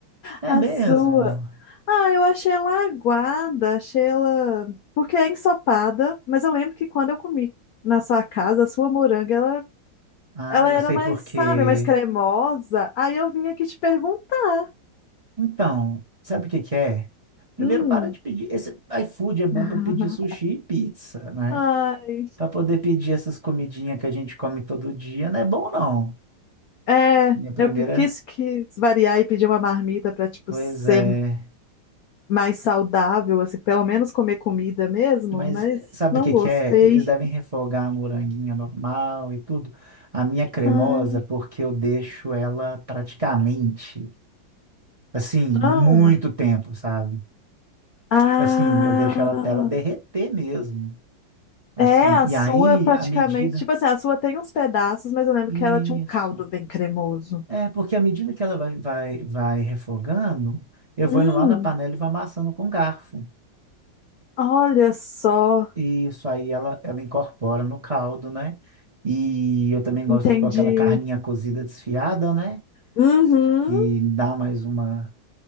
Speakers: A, on the right; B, on the left.
A: É
B: A
A: mesmo?
B: sua. Ah, eu achei ela aguada, achei ela porque é ensopada, mas eu lembro que quando eu comi na sua casa, a sua moranga, ela,
A: Ah,
B: ela
A: eu
B: era
A: sei
B: mais,
A: por quê.
B: sabe, mais cremosa. Aí eu vim aqui te perguntar.
A: Então, sabe o que que é? Primeiro,
B: Hum.
A: para de pedir. Esse iFood é bom
B: <laughs>
A: para pedir sushi e pizza, né?
B: Ai.
A: Para poder pedir essas comidinhas que a gente come todo dia, não é bom, não.
B: É,
A: Minha primeira.
B: eu pe- quis que variar e pedir uma marmita para tipo
A: Pois
B: ser
A: é.
B: mais saudável, assim, pelo menos comer comida mesmo,
A: Mas
B: mas
A: sabe
B: não
A: o que
B: gostei.
A: que é? Eles devem refogar a moranguinha normal e tudo. A minha cremosa,
B: Ah,
A: porque eu deixo ela praticamente. Assim,
B: ah,
A: muito tempo, sabe?
B: ah.
A: Tipo assim, eu deixo ela até ela derreter mesmo. Assim,
B: é a
A: e
B: sua
A: aí,
B: praticamente,
A: à medida.
B: tipo assim, a sua tem uns pedaços, mas eu lembro
A: Isso.
B: que ela tinha um caldo bem cremoso.
A: É, porque à medida que ela vai, vai, vai refogando, eu
B: Hum,
A: vou indo lá na panela e vou amassando com garfo.
B: olha só,
A: Isso aí ela, ela incorpora no caldo, né? E eu também gosto
B: entendi.
A: de pôr aquela carninha cozida desfiada, né?
B: Uhum,
A: Que dá mais uma,